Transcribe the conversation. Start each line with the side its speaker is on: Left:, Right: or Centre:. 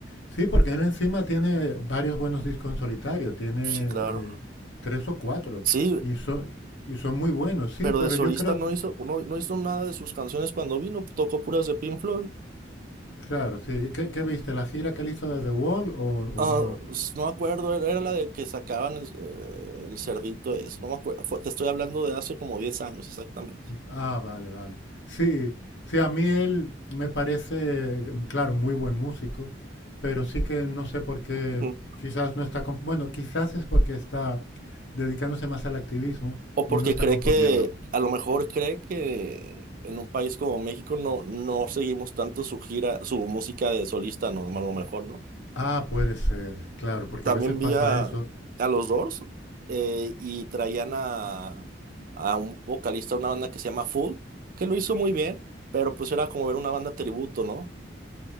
Left: Sí, porque él encima tiene varios buenos discos en solitario. Tiene
Right: Sí, claro.
Left: eh, tres o cuatro.
Right: Sí,
Left: Y son, y son muy buenos, sí,
Right: pero
Left: pero
Right: de solista
Left: yo creo...
Right: no hizo, no, no hizo nada de sus canciones cuando vino, tocó puras de Pink Floyd.
Left: Claro, sí. ¿Qué, qué viste? ¿La gira que él hizo de The Wall o, o
Right: Ah,
Left: no?
Right: s- no me acuerdo, era, era la de que sacaban el, eh, el cerdito es, no me acuerdo, te estoy hablando de hace como diez años exactamente.
Left: Ah, vale, vale. Sí, sí, a mí él me parece, mm, claro, muy buen músico, pero sí que no sé por qué,
Right: Ujú.
Left: quizás no está, comp- bueno, quizás es porque está dedicándose más al activismo
Right: O
Left: y
Right: porque
Left: no está
Right: cree
Left: componiendo.
Right: que, a lo mejor cree que en un país como México no, no seguimos tanto su gira, su música de solista, no, a lo mejor, ¿no?
Left: Ah, puede ser, claro, porque
Right: también
Left: a veces pasa
Right: vi a,
Left: eso.
Right: a los Doors eh, y traían a, a un vocalista de una banda que se llama Full, que lo hizo muy bien, pero pues era como ver una banda tributo, ¿no?